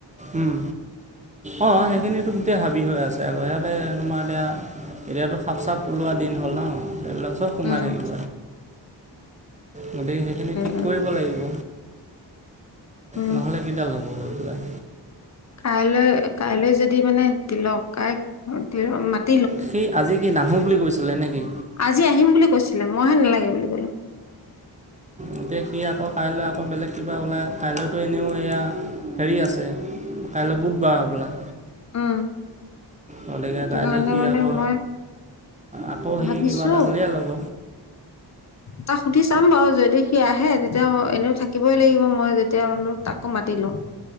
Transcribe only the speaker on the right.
উম, অ,
সেইখিনিটো গোটেই হাবি হৈ আছে আকৌ সিয়াতে তোমাৰ এতিয়া এতিয়াতো সাপ চাপ ওলোৱা দিন হ'ল ন এইবিলাক চব সোমাই
থাকিব গতিকে সেইখিনি ঠিক
কৰিব লাগিব।
নহ'লে কিডাল হব এইবিলাক।
সি আজি কি নাহো বুলি কৈছিলে নে কি?
এতিয়া সি আকৌ কাইলে আকৌ বেলেগ। কিবা ওলা কাইলেনো এয়া হেৰি আছে কাইলে বুধবাৰ হবলা।
গতিকে
কাইলৈ
সি
আকৌ
আকৌ সি
কিবা এটা উলিয়াই ল'ব